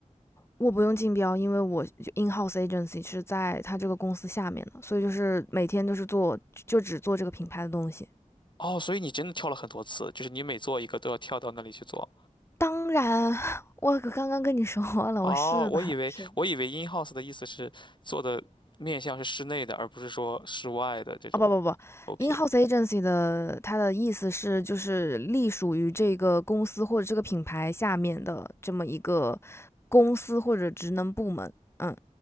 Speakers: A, on the left; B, on the left.
A: 我不用竞标，因为我 in house agency 是在他这个公司下面的，所以就是每天都是做就只做这个品牌的东西。
B: 哦，所以你真的跳了很多次，就是你每做一个都要跳到那里去做。
A: 当然，<laughs> 我刚刚跟你说了，
B: 哦，
A: 我是的，
B: 我以为我以为
A: 是的，
B: in house 的意思是做的面向是室内的，而不是说室外的这种
A: 啊不不不
B: 投屏。
A: ，in-house agency 的它的意思是就是隶属于这个公司或者这个品牌下面的这么一个公司或者职能部门。嗯，